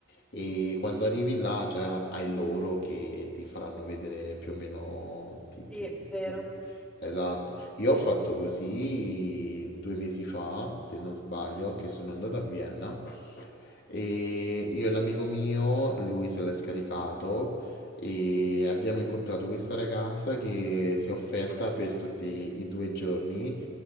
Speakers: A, on the left; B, in the centre.
A: e quando arrivi là già hai loro che ti faranno vedere più o meno, ti,
B: Sì,
A: ti-
B: è
A: ti-
B: vero.
A: ti- Esatto, io ho fatto così due mesi fa, se non sbaglio, che sono andato a Vienna e io e l'amico mio, lui se l'è scaricato e abbiamo incontrato questa ragazza che si è offerta per tutti i due giorni